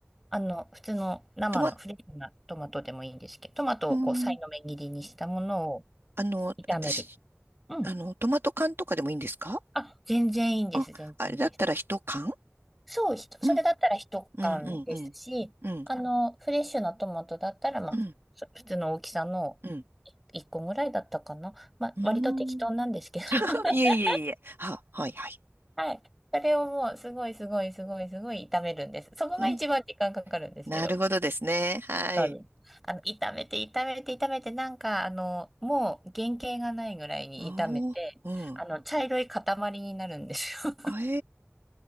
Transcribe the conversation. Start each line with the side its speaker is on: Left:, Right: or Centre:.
Centre: あの、普通の生のフレッシュなトマトでもいいんですけど、
Right: トマ、
Centre: トマトをこう、
Right: うん、
Centre: さいの目切りにしたものを
Right: あの、
Centre: 炒める。
Right: 私、
Centre: うん。
Right: あの、トマト缶とかでもいいんですか
Centre: あ、全然いいんです。
Right: あ、
Centre: 全然いいんです。
Right: あれだったら一缶
Centre: そう、ひとそれだったら一缶ですし、
Right: うん、うん、うん、うん、うん、
Centre: あの、フレッシュなトマトだったら、まあ、
Right: うん、
Centre: そ普通の大きさの
Right: うん。
Centre: 一個ぐらいだったかな。まあ、
Right: うーん
Centre: 割と適当なんですけど。<laughs>
Right: <laughs> いえいえいえ。は、はい、はい。
Centre: はい。それをもう、すごいすごいすごいすごい炒めるんです。そこが一番時間かかるんですけど。
Right: うん、なるほどですね。はい。
Centre: そうです。あの、炒めて、炒めて、炒めて、なんか、あの、もう原型がないぐらいに炒めて、
Right: おー、うん。
Centre: あの、茶色い塊になるんですよ。
Right: あえ